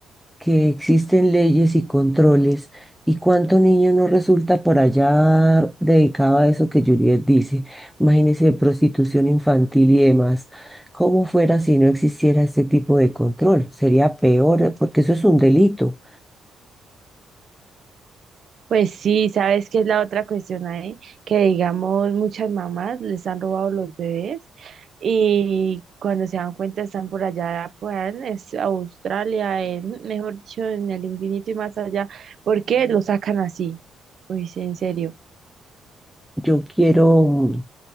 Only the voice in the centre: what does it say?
que existen leyes y controles y cuánto niño no resulta por allá dedicado a eso que Juliet dice. Imagínese prostitución infantil y demás. ¿Cómo fuera si no existiera este tipo de control? Sería peor eh, porque eso es un delito.
Yo quiero, mm,